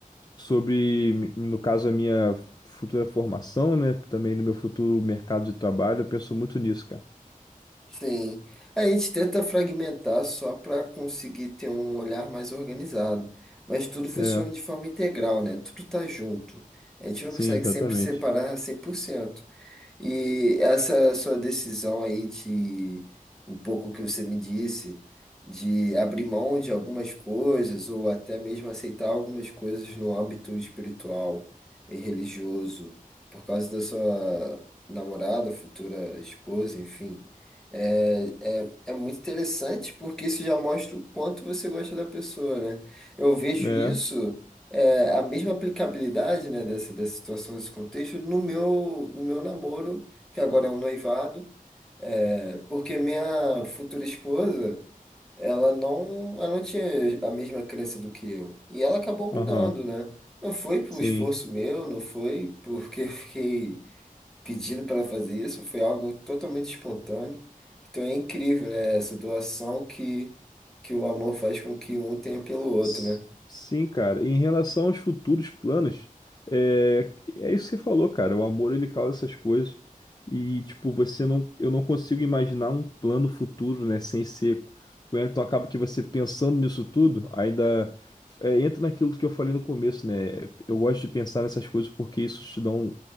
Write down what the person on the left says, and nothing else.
sobre, no caso, a minha futura formação, né? Também no meu futuro mercado de trabalho, eu penso muito nisso, cara.
É,
sim,
exatamente.
É,
aham,
sim.
S-
Sim, cara. Em relação aos futuros planos, é, é isso que você falou, cara. O amor ele causa essas coisas e tipo você não, eu não consigo imaginar um plano futuro, né, sem ser com ela. Então acaba que você pensando nisso tudo, ainda é, entra naquilo que eu falei no começo, né? Eu gosto de pensar nessas coisas porque isso te dá um,